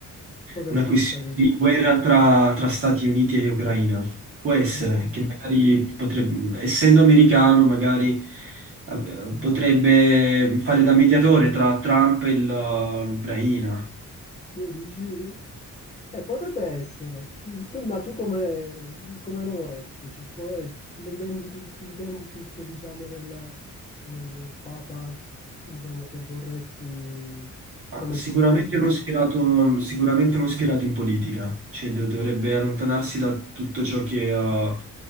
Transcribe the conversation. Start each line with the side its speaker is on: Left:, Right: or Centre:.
Left: Progressista,
Right: una questione
Left: dici?
Right: di guerra tra, tra Stati Uniti e Ucraina. Può essere
Left: Tu di-
Right: che magari potrebbe, essendo americano, magari eh, potrebbe fare da mediatore tra Trump e la- l'Ucraina.
Left: Tu dici? Eh, potrebbe essere, Mm, que- ma tu come, come lo vorresti? Cioè, qual è il- t- l'identity- l'identikit, diciamo, del, del Papa, diciamo, che vorresti
Right: Ah,
Left: come
Right: Sicuramente
Left: figura centrale?
Right: non schierato, sicuramente non schierato in politica, cioè do- dovrebbe allontanarsi da tutto ciò che eh,